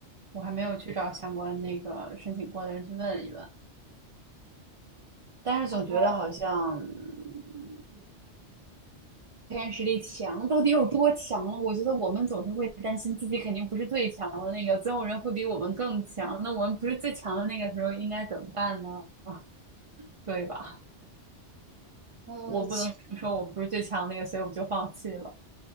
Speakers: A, on the right; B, on the right.
A: 我还没有去找相关那个申请过的人去问一问。但是总觉得好像嗯
B: 哦，
A: 黑暗实力强到底有多强了？我觉得我们总是会担心自己肯定不是最强的那个，总有人会比我们更强。那我们不是最强的那个时候应该怎么办呢？<laughs> 啊，对吧？
B: 呃，
A: 我不能说我们不是最强的那个，
B: 其实
A: 所以我们就放弃了。